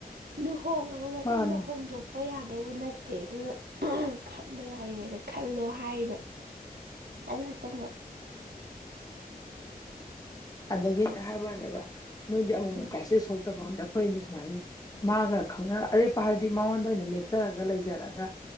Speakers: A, on the right (about 85°); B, on the left (about 25°).
A: ꯂꯨꯍꯣꯡꯡꯂꯕ ꯃꯇꯨꯡꯗ
B: ꯃꯥꯅꯦ
A: ꯍꯣꯡꯗꯣꯛꯄ ꯌꯥꯗꯧꯕ ꯅꯠꯇꯦ ꯑꯗꯨꯅ ꯈꯟꯕ ꯌꯥꯔꯤꯉꯩꯗ ꯈꯜꯂꯣ ꯍꯥꯏꯔꯤꯕ ꯑ ꯇ
B: ꯑꯗꯒꯤꯅꯦ ꯍꯥꯏꯕꯅꯦꯕ ꯅꯣꯏꯗꯤ ꯑꯃꯃꯨꯛ
A: ꯎꯝ
B: ꯀ꯭ꯔꯥꯏꯁꯤꯁ ꯁꯣ ꯝꯗ ꯑꯩꯈꯣꯏꯗꯤ ꯁꯨꯃꯥꯏ ꯃꯥꯒ ꯈꯪꯅꯔ ꯑꯔꯦꯞꯄ ꯍꯥꯏꯕꯗꯤ ꯃꯉꯣꯟꯗ ꯑꯣꯏꯅ ꯂꯦꯞꯆꯔꯒ ꯂꯩꯖꯔꯒ